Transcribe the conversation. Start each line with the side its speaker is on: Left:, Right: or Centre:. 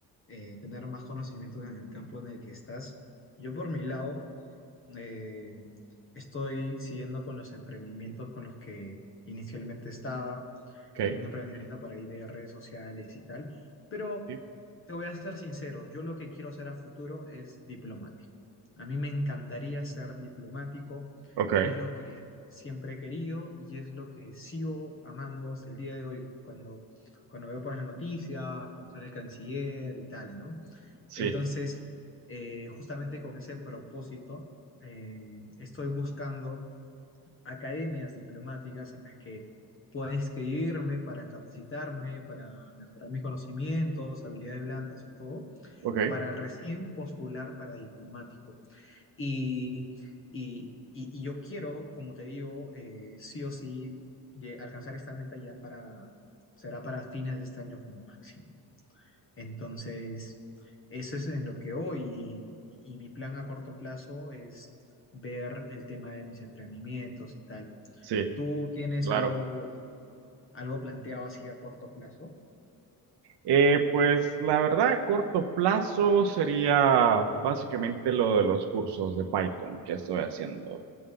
Left: eh, tener más conocimiento en el campo en el que estás. Yo por mi lado eh, estoy siguiendo con los emprendimientos con los que inicialmente estaba.
Right: Okay,
Left: Hay un emprendimiento por ahí de redes sociales y tal, pero
Right: sí,
Left: te voy a ser sincero, yo lo que quiero hacer a futuro es diplomático. A mí me encantaría ser diplomático,
Right: okay,
Left: es lo que siempre he querido y es lo que sigo amando hasta el día de hoy, cuando, cuando veo por las noticias, cuando sale el canciller y tal, ¿no?
Right: sí,
Left: Entonces, eh, justamente con ese propósito, eh, estoy buscando academias diplomáticas en las que pueda inscribirme para capacitarme, para mejorar mis conocimientos, habilidades blandas y todo,
Right: okay,
Left: para recién postular para diplomático. Y, y- y- y yo quiero, como te digo, eh, sí o sí lle- alcanzar esta meta ya para, será para fines de este año como máximo. Entonces, eso es en lo que hoy y y mi plan a corto plazo es ver el tema de mis emprendimientos y tal.
Right: sí,
Left: ¿Tú tienes
Right: claro.
Left: algo, algo planteado así a corto plazo?
Right: Eh, pues la verdad, a corto plazo sería básicamente lo de los cursos de Python que estoy haciendo.